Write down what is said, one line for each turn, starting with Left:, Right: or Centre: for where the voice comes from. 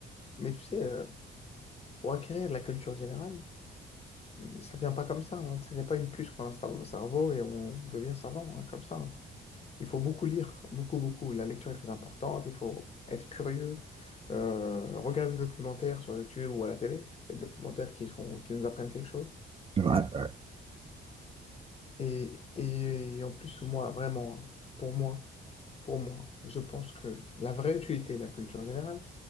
Left: mais tu sais, euh, pour acquérir de la culture générale, hum, ça vient pas comme ça. hein. Tu sais, C'est pas une puce qu'on installe dans le cerveau et on devient savant hein, comme ça. hein. Il faut beaucoup lire, beaucoup, beaucoup. La lecture est très importante, il faut être curieux, euh, regarder des documentaires sur YouTube ou à la télé, des documentaires qui sont, qui nous apprennent quelque chose.
Right: C'est vrai, ouais.
Left: Et, et, en plus, moi, vraiment, hein, pour moi, pour moi, je pense que la vraie utilité de la culture générale,